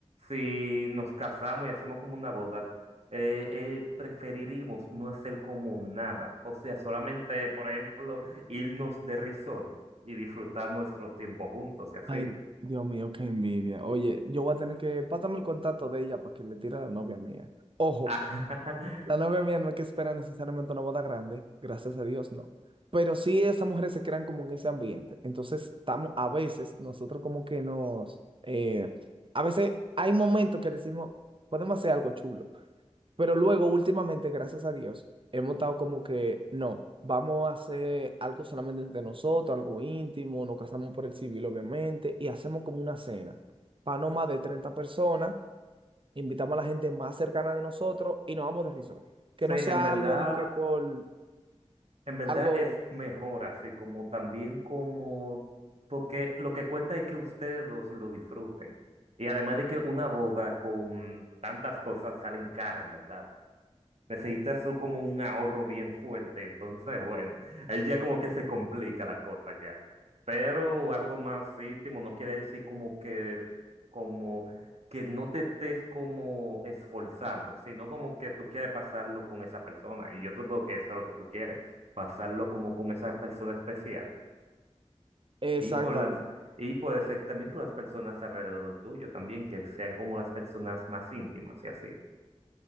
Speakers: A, on the right; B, on the right.
A: si nos casamos y hacemos como una boda, eh, eh, preferiríamos no hacer como nada. O sea, solamente, por ejemplo, irnos de risol y disfrutar nuestro tiempo juntos y así.
B: Ay, Dios mío, qué envidia. Oye, yo voy a tener que, pásame el contacto de ella para que le tire a la novia mía. Ojo,
A: <laughs>
B: La novia mía no es que espera necesariamente una boda grande, gracias a Dios, no. Pero sí esas mujeres se crean como en ese ambiente. Entonces estamos, a veces, nosotros como que nos, eh, a veces hay momentos que decimos, podemos hacer algo chulo. Pero luego, últimamente, gracias a Dios, hemos estado como que, no, vamos a hacer algo solamente entre nosotros, algo íntimo, nos casamos por el civil, obviamente, y hacemos como una cena para no más de 30 personas invitamos a la gente más cercana de nosotros y nos vamos de risor. Que
A: Sí,
B: no sea
A: en verdad,
B: algo de que por
A: en verdad
B: algo
A: es mejor así, como también como, porque lo que cuenta es que ustedes dos lo disfruten. Y además de que una boda con tantas cosas salen cara, en verdad. Necesitas tú como un ahorro bien fuerte, entonces, bueno, ahí ya como que se complica la cosa ya. Pero algo más íntimo no quiere decir como que, como que no te estés como esforzando, sino como que tú quieres pasarlo con esa persona. Y yo supongo que eso es lo que tú quieres, pasarlo como con esa persona especial.
B: exactamente.
A: Y con las, y puede ser también con las personas alrededor tuyo también, que sean como las personas más íntimas y así.